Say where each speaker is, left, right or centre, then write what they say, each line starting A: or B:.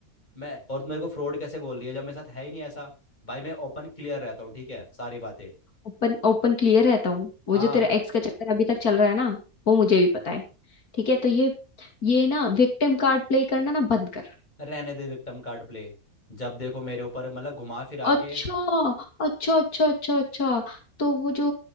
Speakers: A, on the left; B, on the left.
A: मैं और तू मेरे को फ्रॉड कैसे बोल रही है जब मेरे साथ है ही नहीं ऐसा भाई मैं ओपन क्लियर रहता हूँ ठीक है सारी बातें
B: ओपन ओपन क्लियर रहता हूँ वो
A: हाँ
B: जो तेरा एक्स का चक्कर अभी तक चल रहा है ना वो मुझे भी पता है ठीक है तो ये ये ना विक्टिम कार्ड प्ले करना ना बंद कर
A: रहने दे विक्टम कार्ड प्ले जब देखो मेरे ऊपर मतलब घुमा फिरा
B: अच्छा
A: के
B: अच्छा अच्छा अच्छा अच्छा तो वो जो